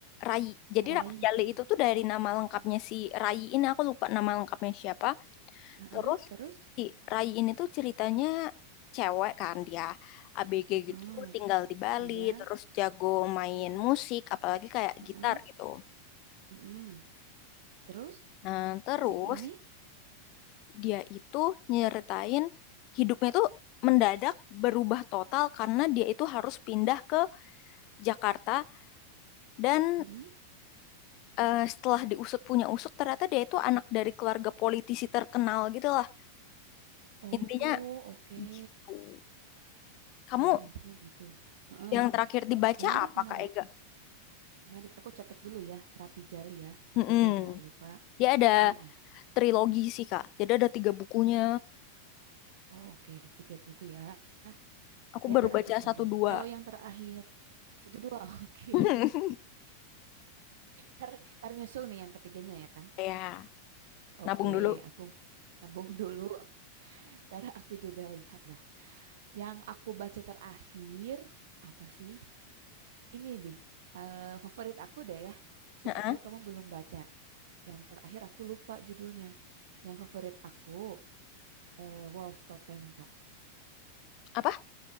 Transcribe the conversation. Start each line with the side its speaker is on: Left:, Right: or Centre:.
Left: Rai. Jadi
Right: Rai.
Left: Rapi Jali itu tuh dari nama lengkapnya si Rai ini aku lupa nama lengkapnya siapa.
Right: Heeh,
Left: Terus
Right: terus,
Left: si Rai ini tuh ceritanya cewek kan dia ABG
Right: heeh.
Left: gitu tinggal di Bali
Right: Oh iya,
Left: terus jago main musik apalagi kayak
Right: heeh,
Left: gitar gitu.
Right: heeh. Terus
Left: Nah, terus
Right: si ini,
Left: dia itu nyeritain hidupnya tuh mendadak berubah total karena dia itu harus pindah ke Jakarta dan
Right: heeh.
Left: eh, setelah diusut punya usut ternyata dia itu anak dari keluarga politisi terkenal gitu lah.
Right: Oh
Left: Intinya
Right: oke.
Left: gitu. Kamu
Right: Oh intinya gitu. Heeh.
Left: yang terakhir dibaca
Right: Menarik
Left: apa
Right: menarik.
Left: Kak Ega?
Right: Menarik, aku catat dulu ya, Rapi Jali ya. Oke,
Left: Mm-mm.
Right: biar nggak lupa.
Left: Dia ada
Right: Dan nih,
Left: trilogi sih, Kak. Jadi ada tiga bukunya.
Right: oh, oke, tiga buku ya.
Left: Aku
Right: Oke,
Left: baru
Right: ntar
Left: baca
Right: aku cari.
Left: satu dua.
Right: Kalau yang terakhir, satu dua, <laughs> oke.
Left: <laughs>
Right: Ntar, ntar nyusul nih yang ketiganya ya kan?
Left: Ya,
Right: Oke,
Left: nabung dulu.
Right: aku nabung dulu. Ntar aku juga lihat dah. Yang aku baca terakhir, apa sih? Ini nih, eh, favorit aku deh ya. Siapa
Left: Heeh.
Right: tahu kamu belum baca. Yang terakhir aku lupa judulnya. Yang favorit aku eh, wolf totem kak
Left: Apa?